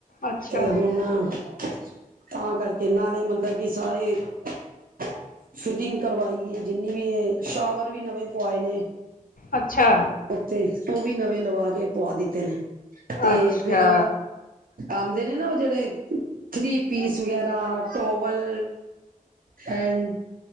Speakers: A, on the left; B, on the right.
A: ਅੱਛਾ
B: ਤੇ ਹੁਣ <inaudible> ਤਾਂ ਕਰਕੇ ਨਾਲੇ ਮਤਲਬ ਕਿ ਸਾਰੇ ਫਿਟਿੰਗ ਕਰਵਾਈਏ, ਜਿੰਨੀ। ਵੀ ਸ਼ਾਵਰ ਵੀ, ਨਵੇਂ ਪੁਏ ਨੇ,
A: ਅੱਛਾ
B: ਉੱਥੇ ਉਹ ਵੀ ਨਵੇਂ। ਲਵਾ ਕੇ ਪਆ ਦਿੱਤੇ ਨੇ, ਤੇ
A: ਅੱਛਾ
B: ਫਿਰ ਆਂਦੇ ਨੇ ਨਾ ਉਹ ਜਿਹੜੇ ਥੀ ਪੀਸ ਵਗੈਰਾ, ਟੋਵਲ ਐਂਡ